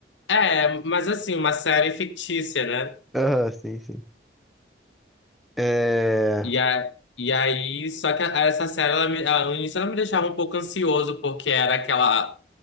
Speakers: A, on the left; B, in the centre.
A: É, mas assim, uma série fictícia, né?
B: Aham, sim, sim. É.
A: E, a, e aí, só que a- essa série, ela me, ela, no início ela me deixava um pouco ansioso, porque era aquela,